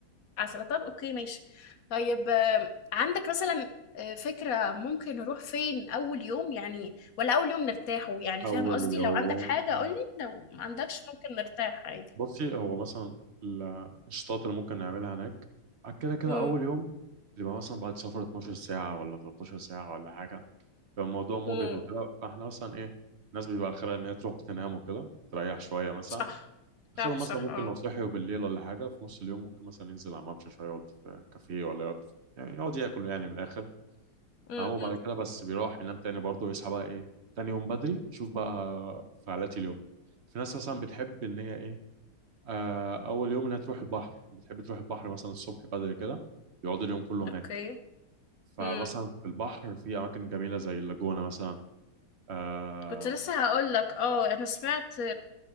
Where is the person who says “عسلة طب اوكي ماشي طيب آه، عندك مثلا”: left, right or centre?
Left